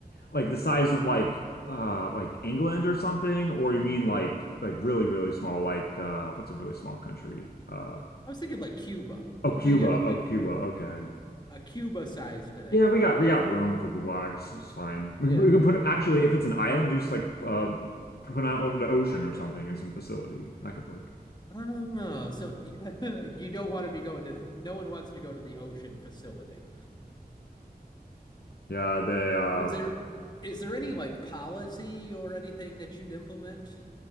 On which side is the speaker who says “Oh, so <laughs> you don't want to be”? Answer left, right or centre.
Left